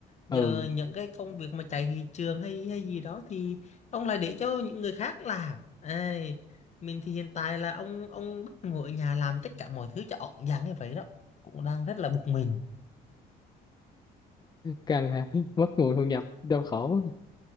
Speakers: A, on the left; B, on the left.
A: giờ
B: ừ
A: những cái công việc mà chạy thị trường hay hay gì đó thì ông lại để cho những người khác làm Ai, mình thì hiện tại là ông ông bắt ngồi ở nhà làm tất cả mọi thứ cho ẩn dáng như vậy đó cũng đang rất là bực mình
B: căng ha <laughs> mất nguồn thu nhập đau khổ